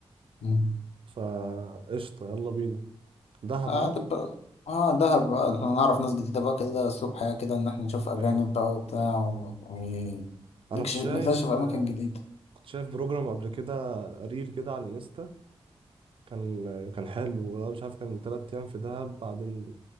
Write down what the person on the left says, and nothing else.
امم
اه
تبقى اه دهب بقى احنا نعرف ناس جديده بقى كده اسلوب حياه كده ان احنا نشوف اجانب
بقى وبتاع و... ونكشف
نكتشف اماكن جديده